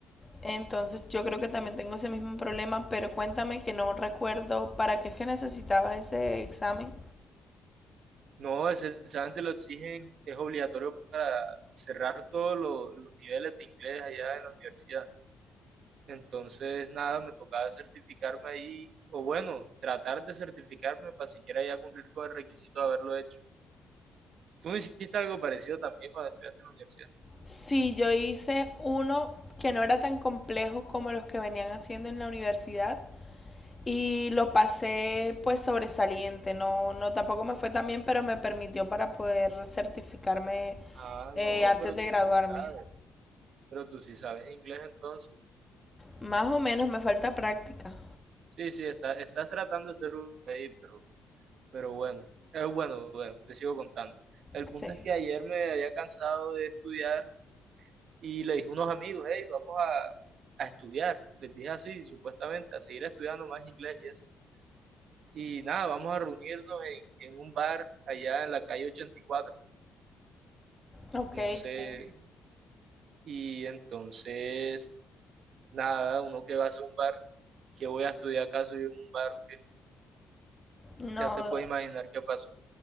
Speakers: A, on the left; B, on the right.
A: Entonces yo creo que también tengo ese mismo problema, pero cuéntame que no recuerdo para qué es que necesitabas ese examen.
B: No, ese examen te lo exigen, es obligatorio para cerrar todos lo- los niveles de inglés allá en la universidad. Entonces, nada, me tocaba certificarme ahí, o bueno, tratar de certificarme para siquiera ya cumplir con el requisito de haberlo hecho. Tú hiciste algo parecido también cuando estudiaste en la universidad.
A: Sí, yo hice uno que no era tan complejo como los que venían haciendo en la universidad y lo pasé pues sobresaliente, no, no tampoco me fue tan bien, pero me permitió para poder certificarme
B: Ah,
A: eh,
B: no,
A: antes
B: pero
A: de
B: tú
A: graduarme.
B: sí sabes. Pero tú sí sabes inglés entonces.
A: Más o menos me falta práctica.
B: Sí, sí, está, estás tratando de ser un ahí, pero, pero bueno. Eh, bueno, bueno, te sigo contando. El
A: Sí,
B: punto es que ayer me había cansado de estudiar y le dije a unos amigos, hey, vamos a, a estudiar. Les dije así, supuestamente, a seguir estudiando más inglés y eso. Y nada, vamos a reunirnos en, en un bar allá en la calle ochenta y cuatro
A: ok,
B: No sé.
A: sí.
B: Y entonces, nada, uno que va a hacer un bar, que voy a estudiar acaso y en un bar o qué.
A: No,
B: Ya te puedes imaginar qué pasó.